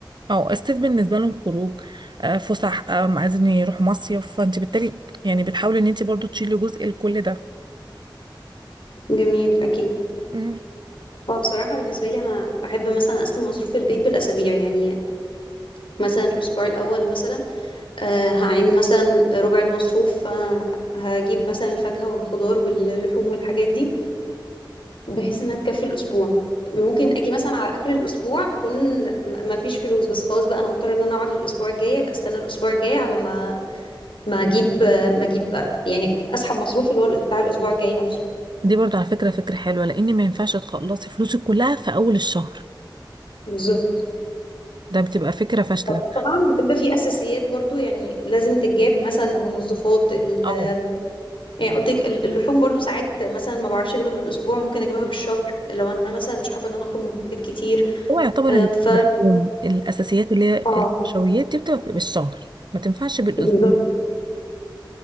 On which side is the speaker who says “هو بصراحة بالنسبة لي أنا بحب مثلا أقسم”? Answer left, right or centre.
Left